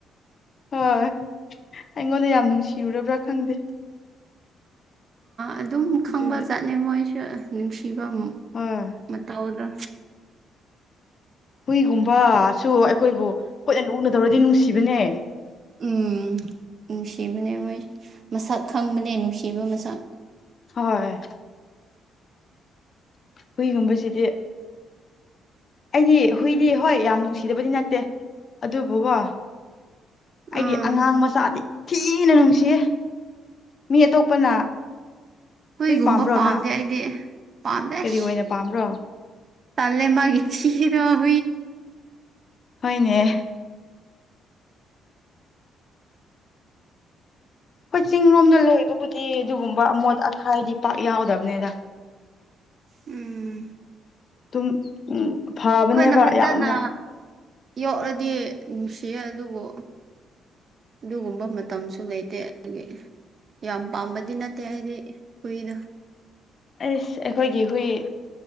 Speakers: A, on the left; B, on the right.
A: ꯍꫭꯏ ꯑꯩꯉꯣꯟꯗ ꯌꯥꯝ ꯅꯨꯡꯁꯤꯔꯨꯔꯕ꯭ꯔꯥ ꯈꯪꯗꯦ
B: ꯑꯗꯨꯝ ꯈꯪꯕ
A: ꯑꯗꯨꯒꯤ
B: ꯆꯥꯠꯅꯤ ꯃꯣꯏꯁꯨ ꯅꯨꯡꯁꯤꯕ
A: ꯍꯣꯏ
B: ꯃꯇꯧꯗ
A: ꯍꯨꯏꯒꯨꯝꯕꯁꯨ ꯑꯩꯈꯣꯏꯕꯨ ꯀꯣꯏꯅ ꯂꯨꯅ ꯇꯧꯔꯗꯤ ꯅꯨꯡꯁꯤꯕꯅꯦ
B: ꯎꯝ ꯅꯨꯡꯁꯤꯕꯅꯦ ꯃꯣꯏ ꯃꯁꯛ ꯈꯪꯕꯅꯦ ꯅꯨꯡꯁꯤꯕ ꯃꯁꯛ
A: ꯍꯣꯏ ꯍꯨꯏꯒꯨꯝꯕꯁꯤꯗꯤ ꯑꯩꯗꯤ ꯍꯨꯏꯗꯤ ꯍꯣꯏ ꯌꯥꯝ ꯅꯨꯡꯁꯤꯗꯕꯗꯤ ꯅꯠꯇꯦ ꯑꯗꯨꯕꯨꯀꯣ ꯑꯩꯗꯤ
B: ꯑꯥ
A: ꯑꯉꯥꯡ ꯃꯆꯥꯗꯤ ꯊꯤꯅ ꯅꯨꯡꯁꯤꯌꯦ ꯃꯤ ꯑꯇꯣꯞꯄꯅ
B: ꯍꯣꯏꯒꯨꯝꯕ
A: ꯍꯨꯏ ꯄꯥꯝꯕ꯭ꯔꯣ
B: ꯄꯥꯝꯗꯗꯤ
A: ꯅꯪ
B: ꯄꯥꯝꯗꯁ
A: ꯀꯔꯤ ꯑꯣꯏꯅ ꯄꯥꯝꯕ꯭ꯔꯣ
B: ꯇꯜꯂꯤ ꯃꯥꯒꯤ ꯊꯤꯗꫭ
A: ꯍꯣꯏꯅꯦ ꯑꯩꯈꯣꯏ ꯆꯤꯡ ꯂꯣꯝꯗ ꯂꯣꯏꯕꯕꯨꯗꯤ ꯑꯗꯨꯒꯨꯝꯕ ꯑꯃꯣꯠ ꯑꯀꯥꯏꯗꯤ ꯄꯥꯛ ꯌꯥꯎꯗꯕꯅꯦꯗ
B: ꯎꯝ
A: ꯑꯗꯨꯝ ꯎ ꯐꯕꯅꯦꯕ
B: ꯑꯩꯈꯣꯏꯅ ꯐꯖꯅ
A: ꯌꯥꯝꯅ
B: ꯌꯣꯛꯂꯗꯤ ꯅꯨꯡꯁꯤꯌꯦ ꯑꯗꯨꯕꯨ ꯑꯗꯨꯒꯨꯝꯕ ꯃꯇꯝꯁꯨ ꯂꯩꯇꯦ ꯑꯗꯨꯒꯤ ꯌꯥꯝ ꯄꯥꯝꯕꯗꯤ ꯅꯠꯇꯦ ꯍꯥꯏꯗꯤ ꯀꯨꯏꯗꯣ
A: ꯑꯁ ꯑꯩꯈꯣꯏꯒꯤ ꯍꯨꯏ